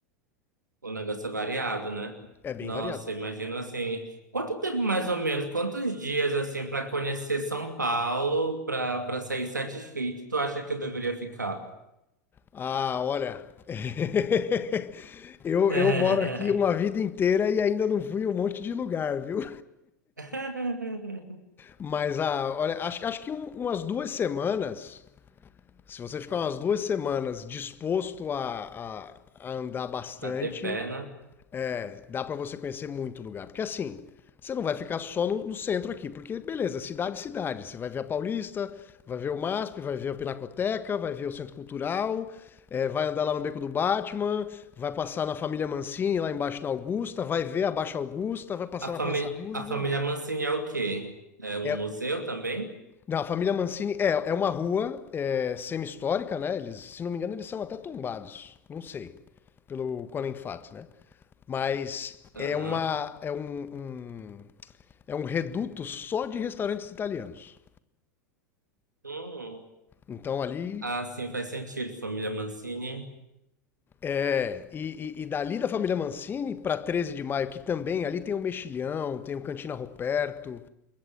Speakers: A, on the right (about 85°); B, on the left (about 20°).
A: O negócio é variado, né?
B: É bem
A: Nossa,
B: variado.
A: imagino assim, quanto tempo mais ou menos, quantos dias assim pra conhecer São Paulo, pra para sair satisfeito, tu acha que eu deveria ficar?
B: Ah, olha. <laughs> Eu,
A: <laughs>
B: eu moro aqui uma vida inteira e ainda não fui em um monte de lugar, viu?
A: <laughs>
B: Mas ah, olha, acho, acho que um- umas duas semanas Se você ficar umas duas semanas disposto a, a- a andar bastante,
A: Bater perna.
B: é, dá para você conhecer muito lugar. Porque assim, você não vai ficar só no, no centro aqui, porque beleza, cidade, cidade. Você vai ver a Paulista, vai ver o MASP, vai ver a Pinacoteca, vai ver o Centro Cultural, é, vai andar lá no Beco do Batman, vai passar na Família Mancini, lá embaixo na Augusta, vai ver a Baixa Augusta, vai passar
A: A
B: na
A: família,
B: Praça Roosevelt.
A: a família Mancini é o quê? É um
B: É,
A: museu também?
B: Não, a família Mancini é, é uma rua é, semi-histórica, né? Eles, se não me engano, eles são até tombados. Não sei. Pelo Conan Fat, né? Mas
A: Aham.
B: é uma. É um, um- é um reduto só de restaurantes italianos.
A: Hum.
B: Então ali.
A: Ah, sim, faz sentido. Família Mancini.
B: É, e, e- e dali da família Mancini para 13 de maio, que também ali tem o Mexilhão, tem o Cantina Roberto.